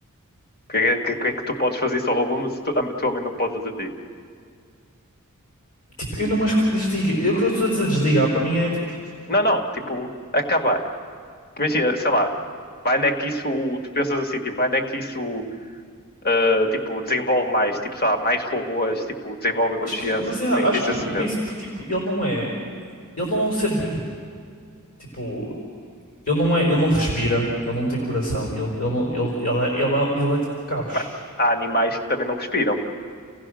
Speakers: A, on the left; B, on the left.
A: Porque é que, porque é que tu podes fazer isso ao robô, mas tu, a tua mãe não pode fazer a ti?
B: Tipo, eu não acho que desliga. Eu o que eu estou a dizer desligar para mim é tipo.
A: Não, não, tipo, acabar. Imagina, sei lá, vai não é que isso, tu pensas assim, tipo, vai não é que isso, ah, tipo, desenvolve mais, tipo, sei lá, mais robôs, tipo, desenvolve a
B: Acho
A: consciência,
B: que. é, Mas
A: tipo,
B: é,
A: meio
B: acho
A: que tens
B: que
A: esse
B: é mesmo
A: medo.
B: isso. Porque tipo, ele não é. Ele não é um ser vivo. Tipo. Ele não é, ele não respira, ele não tem coração, ele, ele, não- ele, ele, é, ele, é, um, ele é tipo cabos.
A: Mano, há animais que também não respiram.